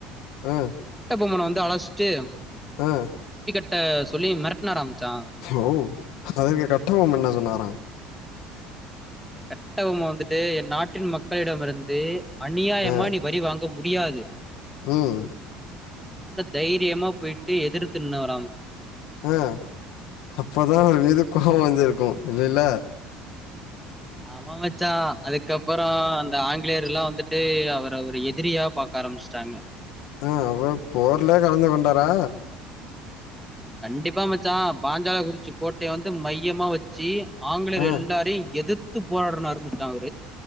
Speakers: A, on the left (about 70°); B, in the centre.
A: ம்
B: ப்பமணொ வந்து அழச்சிட்டு
A: அ
B: ட்ட சொல்லி மெரட்டுனாரா மச்சா
A: ஓ அதுக்கு கட்டபொம்ம என்ன சொன்னாரா?
B: கட்டபொம்ம வந்துட்டு என் நாட்டின் மக்களிடமிருந்து அநியாயமா
A: ஆ
B: நீ வரி வாங்க முடி டியாது
A: ம்
B: உள்ள தைரியமா போயிட்டு எதிர்த்து நின்னவ
A: அ அப்பதா அவரு மீது கோவொ வந்துருக்கு இல்லைல
B: ஆமா மச்சா அதுக்கப்பறொ அந்த ஆங்கிலேயர் எல்லா வந்துட்டு அவர ஒரு எ திரியா பாக்க ஆரம்பிச்சுட்டாங்க.
A: ஆ அவர் போர்லே கலந்து கொண்டாரா?
B: கண்டிப்பா மச்சா பாஞ்சால குறிச்சி கோட்டைய வந்து மையமா வச்சு ஆங்கிலேயர்
A: ஆ
B: எல்லாரையு எதிர்த்து போராடனு ஆரம்பிச்சா அவரு